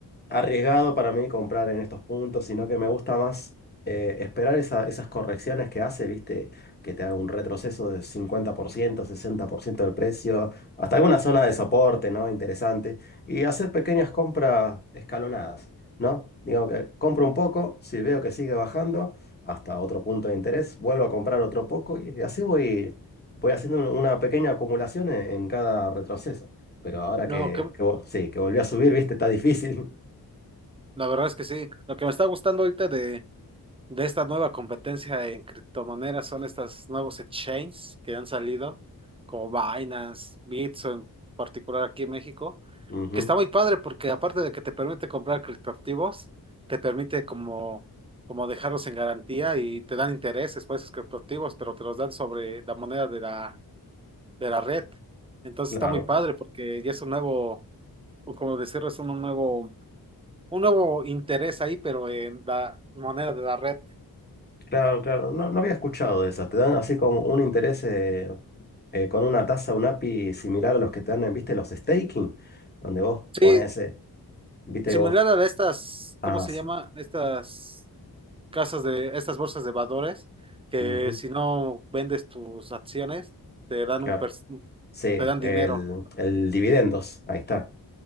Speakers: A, on the left; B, on the right.
A: arriesgado para mí comprar en estos puntos, sino que me gusta más eh, esperar esa- esas correcciones que hace, ¿viste? Que te haga un retroceso de 50%, 60% del precio, hasta alguna zona de soporte, ¿no? Interesante. Y hacer pequeñas compras escalonadas, ¿no? Digamos que compro un poco, si veo que sigue bajando hasta otro punto de interés, vuelvo a comprar otro poco y así voy, voy haciendo una una pequeña acumulación en en cada retroceso. Pero ahora que,
B: No, que,
A: que, vo- sí, que volvió a subir, ¿viste? Está difícil.
B: la verdad es que sí, lo que me está gustando ahorita de, de esta nueva competencia en criptomonedas son estos nuevos exchanges que han salido, como Binance, Bitso en particular aquí en México,
A: Ujú,
B: que está muy padre porque aparte de que te permite comprar criptoactivos, te permite como, como dejarlos en garantía y te dan intereses por esos criptoactivos, pero te los dan sobre la moneda de la, de la red. Entonces
A: Claro,
B: está muy padre porque ya es un nuevo, o como decirlo, es un nuevo, un nuevo interés ahí, pero en la moneda de la red.
A: claro, claro. No, no había escuchado de esas. Te dan así como un interés eh, eh, con una tasa, un API similar a los que te dan, en, viste, los staking, donde vos pones,
B: Sí,
A: eh, viste,
B: similar
A: vos.
B: a estas,
A: Ah,
B: ¿cómo se
A: sí.
B: llama? Estas casas de, estas bolsas de valores, que
A: ujú,
B: si no vendes tus acciones, te dan
A: Claro.
B: un, per-
A: Sí,
B: te dan
A: el,
B: dinero.
A: el dividendos. Ahí está.